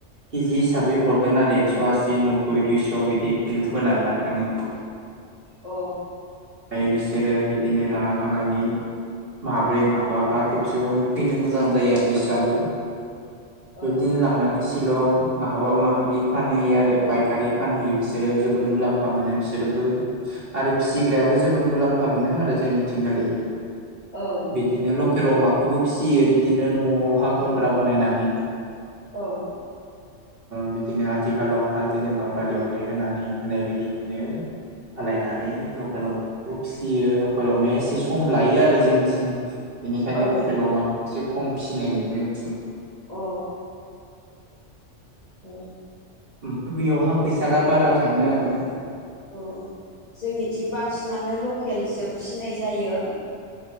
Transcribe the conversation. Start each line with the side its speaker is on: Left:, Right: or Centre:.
Right: केजि हिसाबै हरगोन आरो एक्स' आसि नब्बै दुइस' बिदि खिलु होनानै लानो थाङो
Left: अ।
Right: ओमफ्राय बिसोरो बिदिनो लाना थांनानै माब्रै माबाबा खेबसेयावनो फैनो मोजां जायो आरो बिस्राबो।
Left: औ
Right: बेबायदिनो लांनानै शिलं माहाबा माहाबि फानहैयो आरो फायखारि फानहैयो बिसोरो जोबोद मुलाम्फा मोनो बिसोरबो आरो फिसिग्रायाबो जोबद मुलाम्फा मोनो आरो जोंनिथिंगालि
Left: औ
Right: बिदिनो ल लखेल अमाखौबो फिसियो बिदिनो न'आवह गन्द्रा बानायनानै।
Left: औ।
Right: बिदिनो आथिखालावहा जेनेबा बालि अन्थाइ होनानै होनाय बायदिनो खालायनानै लकेल अमाखौ फिसियो लकेल अमाया एसे सम लायो आरो जोंथिं। बेनिखायनो
Left: औ
Right: लखेल अमाखौ ऐसे खम फिसिनाय नुयो जोंथिं।
Left: अ। औ।
Right: ओमफ्राय बैयावहा फैसा दा बारा थाङो आरो।
Left: औ औ जोंनिथिं बांसिनानो लकेलसो फिसिनाय जायो